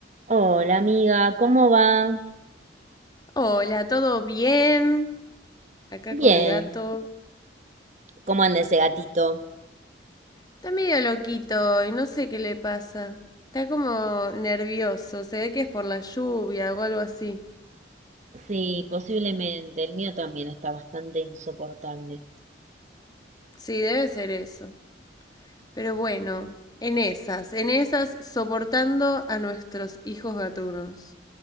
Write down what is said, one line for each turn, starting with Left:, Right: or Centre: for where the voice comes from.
Right: Hola amiga, ¿cómo va?
Left: Hola, ¿todo bien? Acá
Right: Bien,
Left: con mi gato.
Right: ¿cómo anda ese gatito?
Left: Está medio loquito y no sé qué le pasa. Está como nervioso, se ve que es por la lluvia o algo así.
Right: Sí, posiblemente. El mío también está bastante insoportable.
Left: Sí, debe ser eso. Pero bueno, en esas, en esas, soportando a nuestros hijos gatunos.